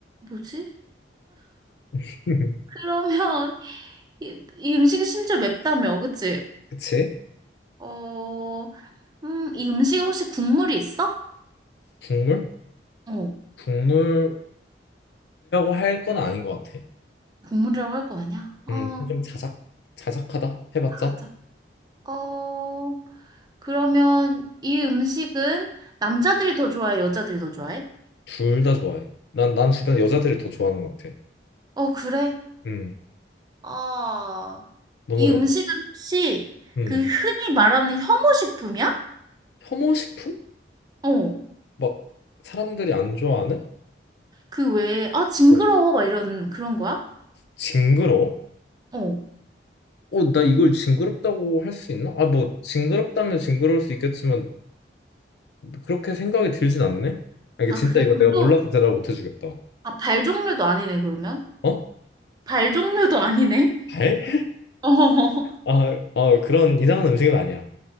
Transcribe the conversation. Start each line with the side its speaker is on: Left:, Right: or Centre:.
Right: 뭐지?
Left: <laughs>
Right: 그러면 <laughs> 이, 이 음식이 심지어 맵다며, 그치?
Left: 그치?
Right: 어, 음, 이 음식에 혹시 국물이 있어?
Left: 국물?
Right: 어,
Left: 국물이라고 할 건 아닌 것 같아.
Right: 국물이라고 할 거 아니야? 어,
Left: 음, 좀 자작, 자작하다? 해봤자?
Right: 맞아. 어, 그러면 이 음식은 남자들이 더 좋아해, 여자들이 더 좋아해?
Left: 둘 다 좋아해. 난, 난 주변 여자들이 더 좋아하는 것 같아.
Right: 어, 그래?
Left: 음,
Right: 아,
Left: 너무
Right: 이
Left: 어렵.
Right: 음식은 혹시
Left: 음,
Right: 그 흔히 말하는 혐오식품이야?
Left: 혐오식품?
Right: 어,
Left: 막 사람들이 안 좋아하는?
Right: 그 외에, 아, 징그러워,
Left: 어,
Right: 막 이런 그런 거야?
Left: 징그러워?
Right: 어.
Left: 어, 나 이걸 징그럽다고 할 수 있나? 아, 뭐 징그럽다면 징그러울 수 있겠지만 그렇게 생각이 들진 않네. 아, 이게
Right: 아,
Left: 진짜
Right: 그래?
Left: 이거
Right: 그럼
Left: 내가
Right: 또
Left: 몰라서 대답 못 해주겠다.
Right: 아, 발 종류도 아니네, 그러면?
Left: 어?
Right: 발 종류도 아니네?
Left: 발? <laughs>
Right: <laughs> 어,
Left: 아, 아, 그런 이상한 음식은 아니야.